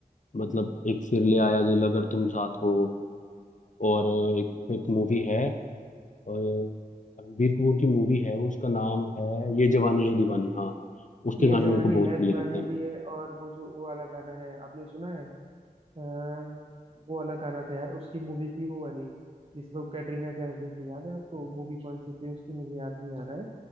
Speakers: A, on the left; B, on the right.
A: मतलब एक फिर ले आया दिल अगर तुम साथ हो और एक एक मूवी है और रणबीर कपूर की मूवी है उसका नाम है ये जवानी है दीवानी हाँ उसके
B: ये
A: गाने
B: जवानी
A: मेरे को बहुत
B: है
A: बढ़िया
B: दीवानी
A: लगते हैं
B: भी है और वो जो वो वाला गाना है आपने सुना है अ, वो वाला गाना था यार उसकी मूवी थी वो वाली जिसमें वो कैटरीना कैफ भी थी याद है आपको मूवी कौन सी थी उसकी मुझे याद नहीं आ रहा है